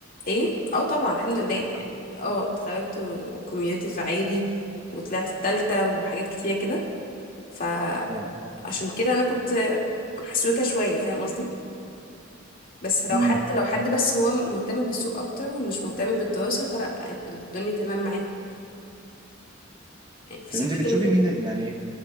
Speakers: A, on the left; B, on the right.
A: ايه اه طبعا الحمد لله
B: إيه، اتحقق.
A: يعني اه اتخرجت وكوميونيتي في عادي وطلعت التالتة وحاجات كتيرة كده فعشان
B: اه
A: كده انا كنت محسوكة شوية فاهم قصدي بس لو
B: امم
A: حد لو حد بس هو مهتم بالسوق اكتر ومش مهتم بالدراسة فلا الدنيا تمام معاه يعني في
B: طب
A: صحابي
B: انت بتشوفي
A: كانوا كده
B: مين يعني